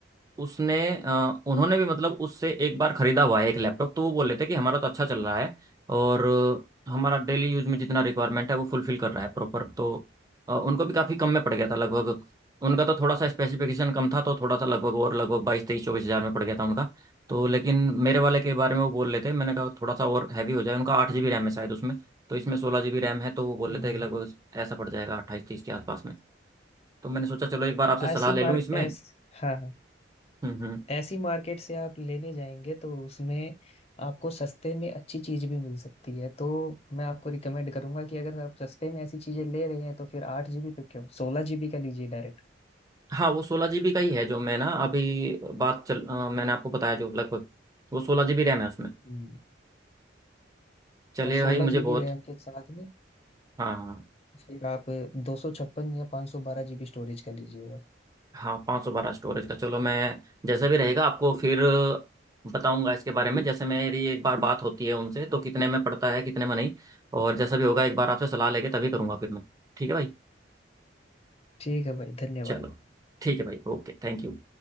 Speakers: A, on the right; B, on the left.
A: उसने अ, उन्होंने भी मतलब उससे एक बार खरीदा हुआ है एक लैपटॉप तो वो बोल रहे थे कि हमारा तो अच्छा चल रहा है और अ, हमारा डेली यूज में जितना रिक्वायरमेंट है वो फुलफिल कर रहा है प्रॉपर तो अ, उनको भी काफ़ी कम में पड़ गया था लगभग उनका तो थोड़ा सा स्पेसिफिकेशन कम था तो थोड़ा सा लगभग और लगभग बाईस तेईस चौबीस हज़ार में पड़ गया था उनका तो लेकिन मेरे वाले के बारे में वो बोल रहे थे मैंने कहा थोड़ा सा और हैवी हो जाए उनका आठ जी बी रैम है शायद उसमें तो इसमें सोलह जी बी रैम है तो वो बोल
B: हम्म
A: रहे थे कि लगभग ऐसा पड़ जाएगा अट्ठाईस तीस के आसपास में तो मैंने सोचा चलो एक बार आपसे सलाह
B: ऐसी
A: ले
B: मार
A: लूँ इसमें
B: ऐस हाँ हाँ
A: हम्म हम्म
B: ऐसी मार्केट से आप लेने जाएंगे तो उसमें आपको सस्ते में अच्छी चीज भी मिल सकती है तो मैं आपको रिकमेंड करूंगा कि अगर आप सस्ते में ऐसी चीजें ले रहे हैं तो फिर आठ जीबी पे क्यों सोलह जीबी का लीजिए डायरेक्ट
A: हाँ वो सोलह जीबी का ही है जो मैं ना अभी बात चल अ, मैंने आपको बताया जो लगभग वो सोलह जीबी रैम है उसमें
B: हम्म,
A: चलिए
B: और सोलह
A: भाई मुझे
B: जीबी
A: बहुत
B: रैम के साथ में
A: हाँ हाँ
B: फिर आप दो सौ छप्पन या पाँच सौ बारह जीबी स्टोरेज का लीजिएगा
A: हाँ पाँच सौ बारह स्टोरेज का चलो मैं जैसा भी रहेगा आपको फिर बताऊंगा इसके बारे में जैसे मेरी एक बार बात होती है उनसे तो कितने में पड़ता है कितने में नहीं और जैसा भी होगा एक बार आपसे सलाह लेके तभी करूंगा फिर मैं ठीक है भाई
B: ठीक है भाई धन्यवाद
A: चलो ठीक है भाई ओके थैंक यू